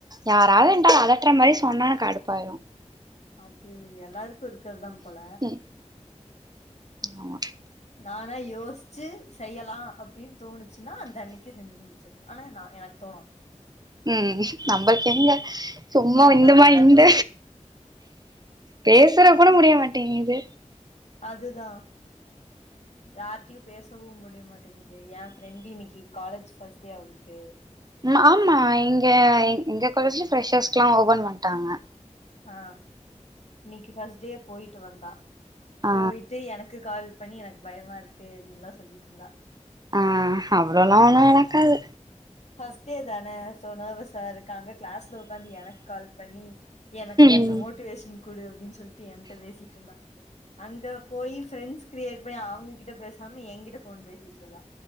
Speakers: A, on the right (about 35°); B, on the left (about 65°).
A: யாராது
B: ஆ
A: என்ட அதட்ற மாரி சொன்னா கடுப்பாயிரு
B: அது எல்லாருக்கு இருக்கறது தா போல
A: ம் ஆமா
B: நானா யோசிச்சு செய்யலா அப்டின்னு தோணுச்சுன்னா அந்த அன்னைக்கி செஞ்சு முடிச்சு டுவ ஆனா நா எனக்கு தோணனு
A: ம் நம்மளுக்கு எங்க சும்மா
B: அதுதா
A: இன்னுமா
B: தோணாது
A: இந்த பேசற கூட முடிய மாட்டேங்கிது
B: அதுதா யார்டயு பேசவும் முடிய மாட்டேங்கிது எ ஃப்ரெண்டு இன்னைக்கி காலேஜ் பஸ்ட் டே அவுளுக்கு
A: ம் ஆமா இங்க எங்க காலேஜுல ப்ரெஷர்ஸ்க்கல்லா ஓபன் பண்ட்டாங்க
B: ஆ இன்னைக்கு ஃபஸ்ட் டே போய்ட்டு வந்தா
A: ஆ
B: போய்ட்டு என க்கு கால் பண்ணி எனக்கு பயமா இருக்கு அப்டின்லா சொல்லிட்டு இருந்தா
A: ஆ அவ்ளோல ஒன்னு நடக்காது
B: ஃபர்ஸ்ட் டே தானே சோ நர்வசா இருக்கு அங்க க்ளாஸ்ல ஒக்காந்து எனக்கு கால் பண்ணி எனக் கொஞ்சோ
A: ம்
B: மோட்டிவேஷன் குடு அப்டின்னு சொல் ட்டு என்ட பேசிட்டு இருந்தா அங்க போய் ஃப்ரெண்ட்ஸ் கிரீயேட் பண்ணி அவுங்ககிட்ட பேசாம என்கிட்ட ஃபோன் பேசிட் இருந்தா